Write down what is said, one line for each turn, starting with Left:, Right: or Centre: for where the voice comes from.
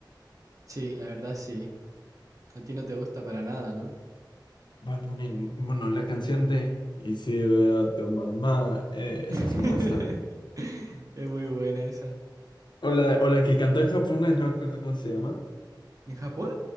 Right: Sí, la verdad sí. A ti no te gusta para nada, ¿no?
Left: Bad Bunny, bueno, la canción de Y si veo a tu mamá, eh, esa
Right: <laughs>
Left: sí me gusta.
Right: Es muy buena esa.
Left: O la, o la que cantó en japonés, no me acuerdo cómo se llama.
Right: ¿En Japón?